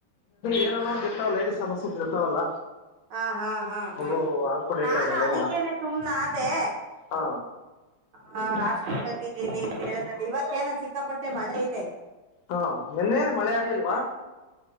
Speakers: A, on the left (about 80°); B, on the right (about 70°).
A: ಏನನೋ ಒಂದು ಇರ್ತವಲ್ಲ ಲೇಡೀಸ್ ಸಮಸ್ಯೆ ಇರ್ತಾವಲ್ಲ
B: ಹಾ ಹಾ ಹಾ
A: ಮಗು
B: ಹಾ
A: ಹಾಲ್ ಕುಡಿಯೋ
B: ನಾನು
A: ಟೈಮಲ್ಲಿ
B: ಅದಕ್ಕೇನೆ
A: ಏನೋ.
B: ಸುಮ್ನೆ ಅದೇ
A: ಹಾ
B: ಹಾ ಹಾಸ್ಪಿಟಲ್ ಅಲ್ಲಿ ಇದೀನಿ ಅಂತ ಹೇಳಿದ್ರಲ್ಲ ಇವತ್ತ ಏನೋ ಸಿಕ್ಕಾಪಟ್ಟೆ ಮಳೆ ಇದೆ
A: ಹಾ ನಿನ್ನೆ ಮಳೆ ಆಗ್ಲಿಲ್ವಾ